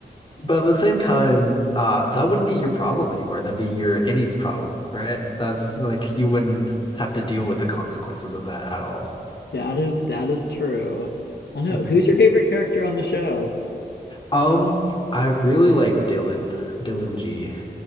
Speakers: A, on the left; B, on the left.
A: But at the same time, uh, that wouldn't be your problem anymore. That'd be your any's problem, right? That's like you wouldn't have to deal with the consequences of that at all.
B: that is that is true. I don't know.
A: Mhm.
B: Who's your favorite character on the show?
A: Um, I really like Dylan, Dylan G,